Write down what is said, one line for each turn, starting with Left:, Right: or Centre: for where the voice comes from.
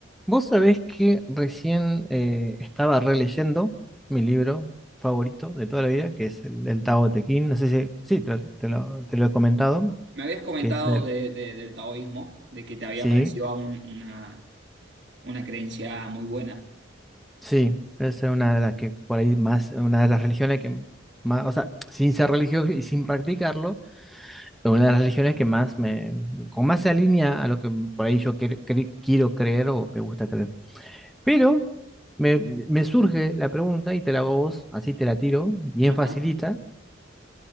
Centre: Vos sabés que recién eh, estaba releyendo mi libro favorito de toda la vida, que es el, el Tao Te Ching. No sé si, sí, te, lo, te lo- te lo he comentado,
Right: Me habías comentado
Centre: que es el-
Right: de- de- del taoísmo, de que te había
Centre: sí,
Right: parecido un- una, una creencia muy buena.
Centre: sí, es una de las que por ahí más, una de las religiones que más, o sea, sin ser religioso y sin practicarlo, es una de las religiones que más me, con más se alinea a lo que por ahí yo quer- cre- quiero creer o me gusta creer. Pero me, me surge la pregunta y te la hago a vos, así te la tiro, bien
Right: Ajá,
Centre: facilita.